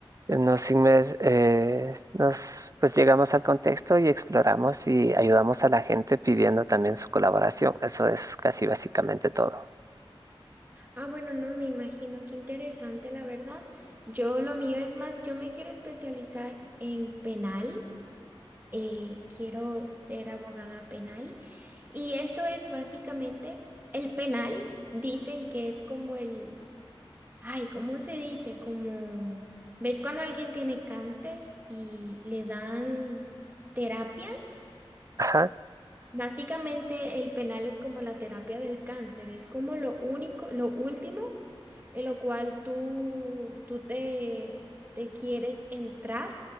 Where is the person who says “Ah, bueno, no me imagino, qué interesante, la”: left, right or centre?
Right